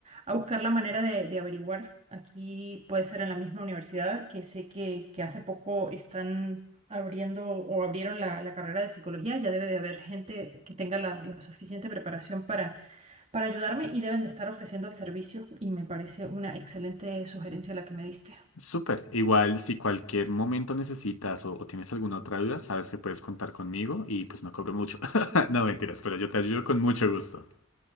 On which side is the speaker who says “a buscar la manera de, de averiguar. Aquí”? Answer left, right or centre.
Right